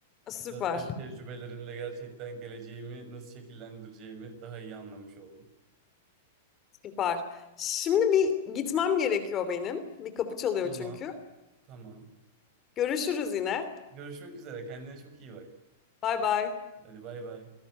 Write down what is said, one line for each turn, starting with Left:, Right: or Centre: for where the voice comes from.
Left: Süper,
Right: Biraz te- tecrübelerinle gerçekten geleceğimi nasıl şekillendireceğimi daha iyi anlamış oldum.
Left: süper. Şimdi bir gitmem gerekiyor benim. Bir kapı çalıyor
Right: Tamam,
Left: çünkü.
Right: tamam.
Left: Görüşürüz yine.
Right: Görüşmek üzere. Kendine çok iyi bak.
Left: Bay bay.
Right: Hadi bay bay.